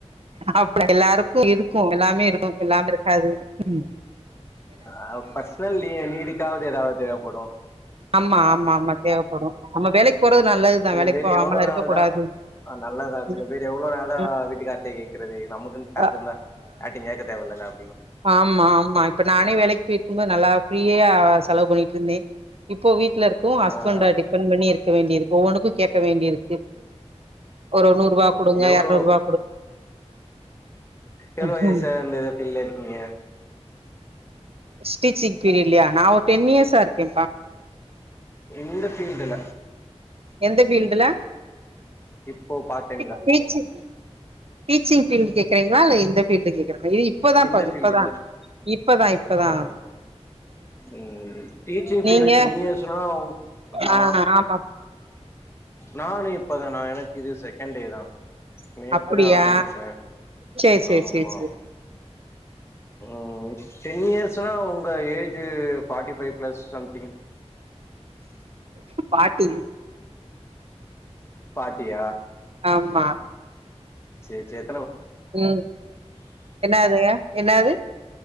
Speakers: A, on the right; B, on the left.
A: அப்லா எல்லாருக்கு இருக்கு எல்லாமே இருக்கு எல்லாமே இருக்காது ம்
B: அ பர்சனல் நீடுக்காவது ஏதாவது தேவைப்படும்.
A: ஆமா ஆமா ஆமா தேவைப்படும் நம்ம வேலைக்கு போறது நல்லதுதா
B: சில
A: வேலைக்கு
B: பேர்
A: போகாமலா
B: எவ்ளோ
A: இருக்க
B: நாள்
A: கூடாது
B: தா அ நல்லதுதா
A: ம்
B: சில பேர் எவ்ளோ நாள்டா
A: ம்
B: வீட்டுக்கார்டயே கேக்கறது நமக்குனு காசு
A: அ
B: இருந்தா யார்ட்டயும் கேக்க தேவல்லல்ல அப்டின்னோ
A: ஆம்மா ஆம்மா இப்ப நானே வேலைக்கு போயிட்கும்போது நல்லா ஃப்ரீயா செலவு பண்ணிட்டு இருந்தே இப்போ வீட்டுல இருக்கவு ஹஸ்பண்ட்ட
B: ஆ
A: டிபெண்ட் பண்ணி இருக் க வேண்டி இருக்கு ஒவ்வொனுக்கும் கேட்க வேண்டியிருக்கு ஒரு நூற்ருபா
B: ம்
A: குடுங்க
B: எவ்ளோ
A: எற்நூற்ருபா
B: எவ்ளோ
A: ம்ஹ்ம்.
B: வயிசா இந்த பீல்ல இருக்கீங்க?
A: ஸ்டீச்சிங் பீரியட்லயா நான் ஒரு டென் இயர்ஸா இருக்கேன்ப்பா.
B: இந்த பீல்டுல?
A: எந்த பீல்டுல
B: இப்போ பார்ட் டைம்ல
A: டி டீச்சி சிங் பீல்டு கேக்கறிங்களா இல்ல எந்த பீல்டு கேக்குற? ஐய்யயோ இப்பதாப்பா
B: இந்த
A: இது
B: ஃபீல்டு
A: இப்பதா
B: இந்த
A: இப்பதா இப்பதா
B: இப்பதானா ம் டீச்சிங் ஃபீல்டு
A: நீங்க
B: டென் இயர்ஸ்னாவ் நா
A: ஆ ஆமா
B: நானு இப்பதா னா எனக்கு இது செகண்ட் டே தா நேத்துதா
A: அப்படியா
B: ஆரம்பிச்சே
A: சேரி சேரி
B: ஆமா.
A: சேரி சேரி
B: ம் டென் இயர்ஸ் னா உங்க age forty five plus something
A: forty
B: ஃபாட்டியா
A: ஆம்மா
B: சேர் சேர்
A: ம் என்னாது என்னாது